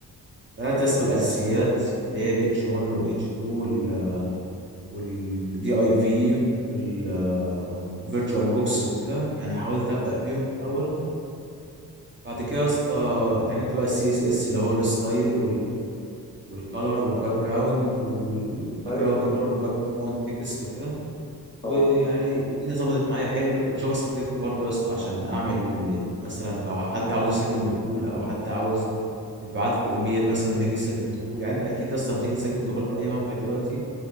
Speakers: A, on the right (about 30°); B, on the left (about 15°).
A: بدات يا اسطى بالاساسيات اللي هي الاتش 1 والاتش 2 والدي اي في والفيرتشوال بوكس وكده يعني حاولت ابدا فيهم في الاول بعد كده يا اسطى اتعلمت بقى السي اس اس اللي هو الستايل والكالر والباك جراوند والباك
B: أيوه
A: جراوند
B: طبعا
A: كالر والباك جراوند تكست وكده
B: طبعا
A: ويعني الدنيا ظبطت معايا حلو وجافا سكريبت برضو يا اسطى عشان اعمل مثلا لو حد عاوز يسجل دخول او حد عاوز تبعت له ايميل مثلا لما يجي يسجل دخول يعني انت اكيد يا اسطى لما تيجي تسجل دخول في اي موقع دلوقتي